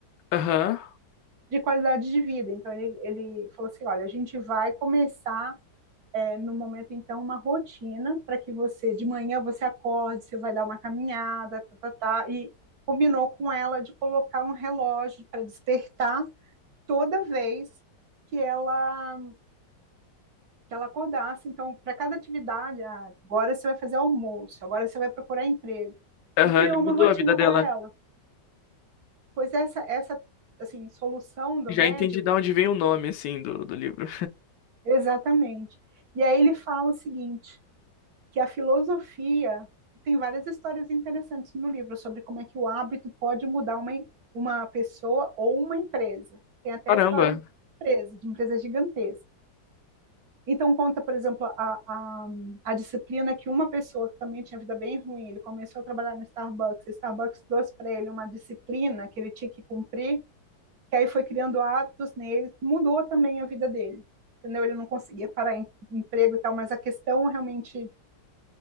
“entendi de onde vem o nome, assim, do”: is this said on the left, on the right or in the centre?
Left